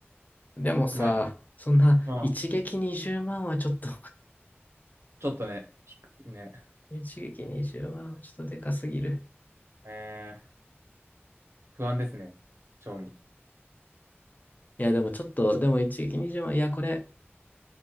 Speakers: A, on the left (about 40°); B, on the right (about 75°).
A: う。でもさ、
B: なる。
A: そんな、
B: まあ、
A: 一撃20万はちょっと
B: ちょっとね、ひくね、
A: <laughs> 一撃20万はちょっとでかすぎる。
B: えー、不安ですね。賞味。
A: いや、でもちょっと、でも一撃20万、いや、これ、